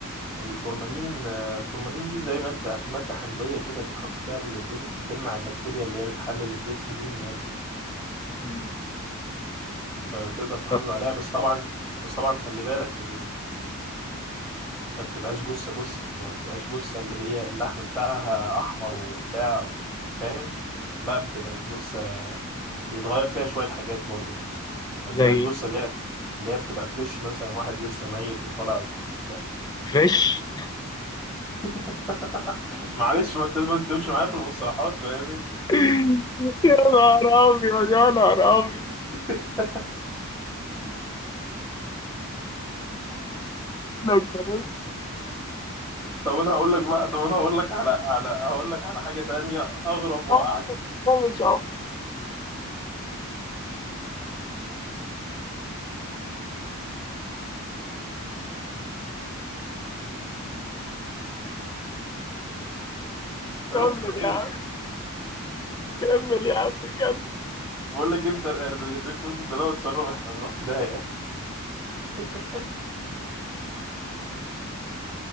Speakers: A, in the centre; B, on the left (about 20°).
A: الفورمالين الفورمالين دي زي مادة مادة حمضية كده بتحط فيها الجثث بتمنع البكتيريا اللي هي بتحلل الجسم دي إن هي تيجي
B: مم.
A: فتقدر تحافظ
B: طب
A: عليها بس طبعا بس طبعا خلي بالك ما بتبقاش جثة جثة يعني ما بتبقاش جثة اللي هي اللحم بتاعها أحمر وبتاع فاهم لا بتبقى جثة بيتغير فيها شوية حاجات برضو يعني ما
B: زي
A: بتبقاش جثة اللي هي اللي هي بتبقى فريش مثلا واحد لسه ميت وطالع لا
B: فريش
A: <laughs> معلش ما انت لازم تمشي معايا في المصطلحات فاهمني
B: <laughs> يا نهار أبيض يا نهار أبيض
A: <laughs>
B: ده كويس
A: طب انا هقول لك بقى طب انا هقول لك على على هقول لك على حاجة تانية اغرب واعجب
B: أه،
A: بقى
B: ده مش عارف
A: انت
B: كمل
A: رحت فين
B: يا عم كمل يا عم كمل
A: بقول لك انت ال- ال- الريكورد ده لو اتسرب احنا هنروح في داهية <laughs>